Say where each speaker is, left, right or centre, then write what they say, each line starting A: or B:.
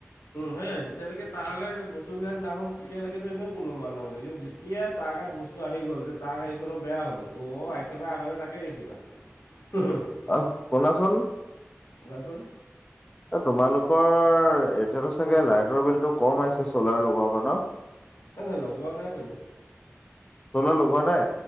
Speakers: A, on the left; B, on the left.
A: সেয়াই যেতিয়ালৈকে তাৰলে বস্তুবিলাক নাহওক তেতিয়ালৈকেতো এনেও কোনেও মাত নামাতে কিন্তু এতিয়া তাৰ গাত বস্তু আহি গ'ল যে তাৰ গাড়ীখনো বেয়া হ'ল অ একেবাৰে আগতে তাকে দেখিবা। <unintelligible>
B: আহ শুনাচোন?
A: চোৱাচোন
B: এ তোমালোকৰ এতিয়াতো চাগে লাইটৰ বিলতটো কম আহিছে চলাৰ লগোৱা পৰা ন?
A: হে লগোৱা নাইটো।
B: চ'লাৰ লগোৱা নাই